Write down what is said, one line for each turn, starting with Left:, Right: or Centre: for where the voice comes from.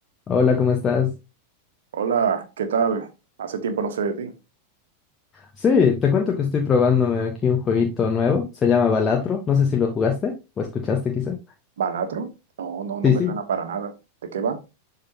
Left: Hola, ¿cómo estás?
Right: Hola, ¿qué tal? Hace tiempo no sé de ti.
Left: Sí, te cuento que estoy probándome aquí un jueguito nuevo, se llama Balatro, no sé si lo jugaste o escuchaste quizá.
Right: ¿Banatro? No, no, no
Left: Sí,
Right: me
Left: sí.
Right: suena para nada. ¿De qué va?